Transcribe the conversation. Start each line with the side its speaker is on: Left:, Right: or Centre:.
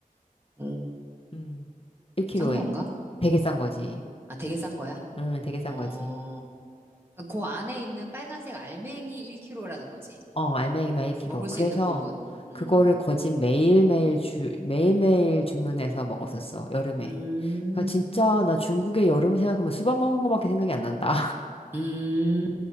Right: 음,
Left: 음, 1kg에.
Right: 싼 건가?
Left: 되게 싼 거지.
Right: 아, 되게 싼 거야?
Left: 음, 되게 싼
Right: 어,
Left: 거지.
Right: 그럼 그 안에 있는 빨간색 알맹이 1kg라는 거지.
Left: 어, 알맹이만 1kg.
Right: 먹을
Left: 그래서
Right: 수 있는 부분. 음,
Left: 그거를 거진 매일매일 주, 매일매일 주문해서 먹었었어, 여름에.
Right: 음,
Left: 그니까 진짜 나 중국의 여름을 생각하면 수박 먹은 거밖에 생각이 안 난다.
Right: 음.